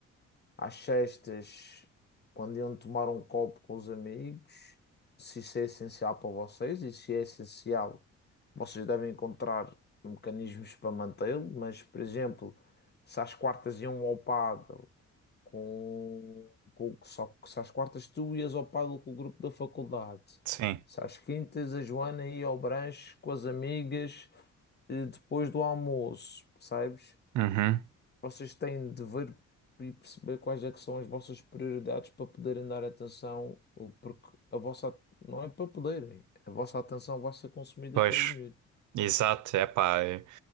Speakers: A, on the left; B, on the right.
A: às sextas, quando iam tomar um copo com os amigos, se isso é essencial para vocês e se é essencial, vocês devem encontrar mecanismos para mantê-lo, mas, por exemplo, se às quartas iam ao pádel com, com- só que se às quartas tu ias ao pádel com o grupo da faculdade,
B: sim,
A: se às quintas a Joana ia ao branche com as amigas eh, depois do almoço, percebes?
B: uhum,
A: vocês têm de ver e perceber quais é que são as vossas prioridades para poderem dar atenção, ou porque a vossa não é para poderem, a vossa atenção vai ser consumida
B: pois,
A: pelos miúdos.
B: exato, é pá, eu